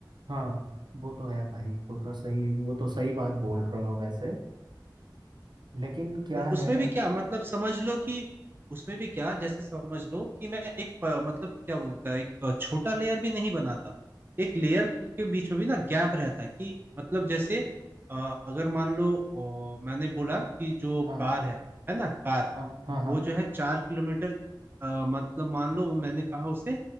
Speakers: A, on the right; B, on the right.
A: हाँ वो तो है भाई वो तो सही वो तो सही बात बोल रहे हो वैसे लेकिन क्या
B: पर उसमें
A: है ना
B: भी क्या मतलब समझ लो कि उसमें भी क्या जैसे समझ लो कि मैं एक अ, मतलब क्या बोलता है एक छोटा लेयर भी नहीं बनाता एक लेयर के बीच में भी ना गैप रहता है कि मतलब जैसे अ, अगर मान लो अ, मैंने बोला कि जो
A: हाँ
B: कार है है ना कार
A: हाँ हाँ
B: वो
A: हाँ
B: जो है चार किलोमीटर अ, मतलब मान लो वो मैंने कहा उसे